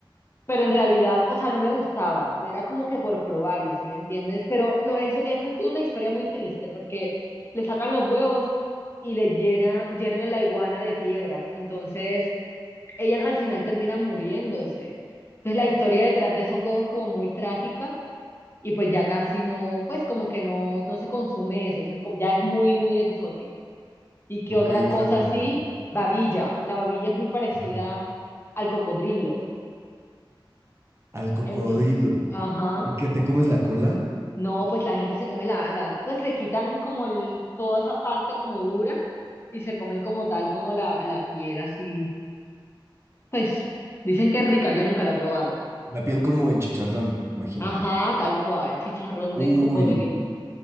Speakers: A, on the left (about 30°); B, on the right (about 30°).
A: pero en realidad, o sea, no me gustaban, era como que por probarlo, ¿sí me entiendes? Pero lo, eso, eso tiene una historia muy triste porque le sacan los huevos y le llena, llenan a la iguana de piedras, entonces ellas al final terminan muriéndose. Entonces la historia detrás de esos huevos como muy trágica y pues ya casi no, pues como que no, no se consume eso, eso es como- ya es muy, muy exótico. ¿Y qué
B: Ok,
A: otra cosa
B: claro.
A: así?
B: bueno,
A: Babilla, la babilla es muy parecida
B: ajá.
A: al cocodrilo,
B: Al cocodrilo.
A: entonces, ajá.
B: ¿Y que te comes la cola?
A: No, pues la gente se come la, la, pues le quitan como el- toda esa parte como dura y se comen como tal, como la, la piel así. Pues dicen que es rica, yo nunca la he probado.
B: La piel como en chicharrón, imagino.
A: Ajá, tal cual, chicharrón
B: Uy,
A: de cocodrilo.